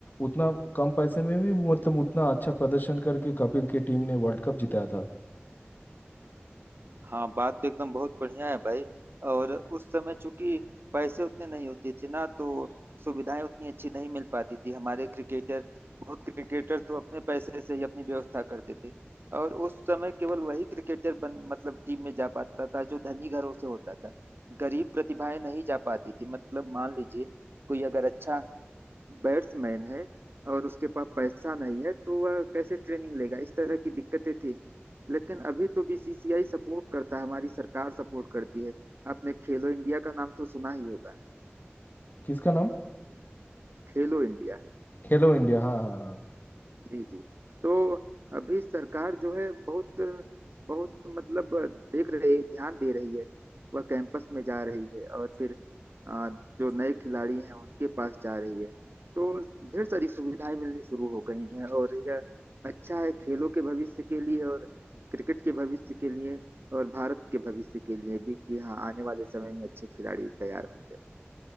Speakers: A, on the left; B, on the right.
A: उतना कम पैसे में भी मतलब उतना अच्छा प्रदर्शन करके कपिल के टीम ने वर्ल्ड कप जिताया था
B: हाँ बात तो एकदम बहुत बढ़िया है भाई और उस समय चूंकि पैसे उतने नहीं होते थे ना तो सुविधाएं उतनी अच्छी नहीं मिल पाती थी हमारे क्रिकेटर बहुत क्रिकेटर तो अपने पैसे से ही अपनी व्यवस्था करते थे और उस समय केवल वही क्रिकेटर बन मतलब टीम में जा पाता था जो धनी घरों से होता था गरीब प्रतिभाएं नहीं जा पाती थी मतलब मान लीजिए कोई अगर अच्छा बैट्समैन है और उसके पास पैसा नहीं है तो वह कैसे ट्रेनिंग लेगा इस तरह की दिक्कतें थी लेकिन अभी तो बीसीसीआई सपोर्ट करता है हमारी सरकार सपोर्ट करती है आपने खेलो इंडिया का नाम तो सुना ही होगा
A: किसका नाम
B: खेलो इंडिया
A: खेलो इंडिया हाँ हाँ हाँ
B: जी जी तो अभी सरकार जो है बहुत बहुत मतलब देख रही है ध्यान दे रही है वह कैंपस में जा रही है और फिर अ, जो नए खिलाड़ी हैं उनके पास जा रही है तो ढेर सारी सुविधाएं मिलनी शुरू हो गई हैं और यह अच्छा है खेलों के भविष्य के लिए और क्रिकेट के भविष्य के लिए और भारत के भविष्य के लिए भी कि हाँ आने वाले समय में अच्छे खिलाड़ी तैयार होंगे